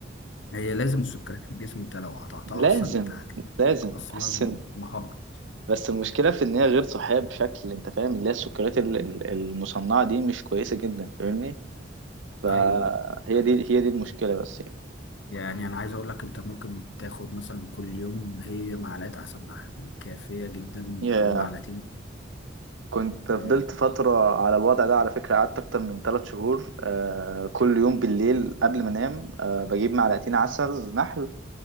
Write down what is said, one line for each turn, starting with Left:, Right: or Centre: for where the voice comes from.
Left: هي لازم السكريات في الجسم انت لو قطعتها
Right: لازم
Left: اصلا انت هتلاقي نفسك
Right: لازم <laughs>
Left: اصلا
Right: بس
Left: مهبط
Right: بس المشكله في ان هي غير صحيه بشكل انت فاهم اللي هي السكريات ال- ال- المصنعه دي مش كويسه جدا فاهمني فهي
Left: ايوه ايوه
Right: دي هي دي المشكله بس
Left: يعني انا عايز اقول لك انت ممكن تاخد مثلا كل يوم هي معلقه عسل نحل كافيه جدا
Right: يعني
Left: او معلقتين
Right: كنت
Left: اه,
Right: فضلت فترة على الوضع ده على فكرة قعدت أكتر من ثلاث شهور آه كل يوم بالليل قبل ما أنام آه بجيب معلقتين عسل نحل